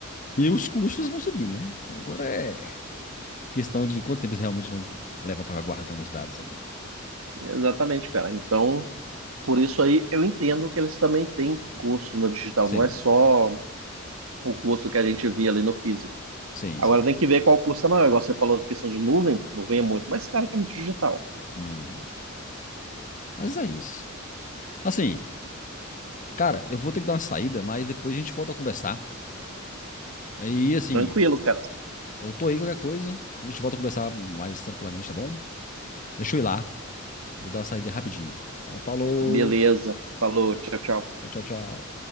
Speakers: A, on the left; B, on the right.
A: E os custos vão subir, né? Agora é questão de quanto tempo eles realmente vão levar para guardando os dados ali.
B: Exatamente, cara. Então, Por isso aí eu entendo que eles também têm curso no digital,
A: Sim,
B: não é só o curso que a gente via ali no físico.
A: sim,
B: Agora
A: sim.
B: tem que ver qual custa maior. Igual você falou da questão de nuvem, nuvem é muito mais caro que a digital.
A: Uhum. Mas é isso. Assim, Cara, eu vou ter que dar uma saída, mas depois a gente volta a conversar. Aí, assim,
B: Tranquilo, cara.
A: eu tô aí qualquer coisa. A gente volta a conversar mais tranquilamente, tá bom? Deixa eu ir lá. Vou dar uma saída rapidinho. Então, falou.
B: Beleza. Falou, tchau, tchau.
A: Tchau, tchau, tchau.